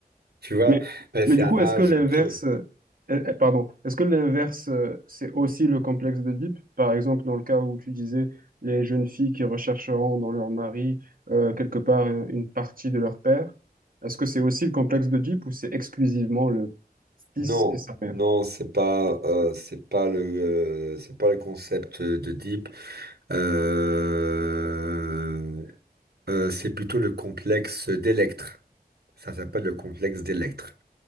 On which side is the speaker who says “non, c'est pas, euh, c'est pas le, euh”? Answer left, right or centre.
Right